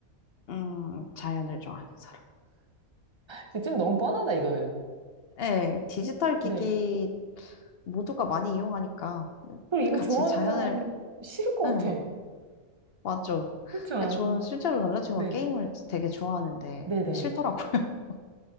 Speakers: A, on the left; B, on the right.
A: 음, 자연을 좋아하는 사람.
B: 이거 좀 너무 뻔하다, 이거는.
A: 네, 디지털 기기
B: 네.
A: 모두가 많이 이용하니까
B: 그리고 이거
A: 같이
B: 좋아하는
A: 자연을,
B: 사람 싫을 것
A: 응,
B: 같아.
A: 맞죠.
B: 그쵸?
A: 그러니까 저는 실제로 남자친구가
B: 네.
A: 게임을 되게 좋아하는데
B: 네네.
A: 싫더라고요. <laughs>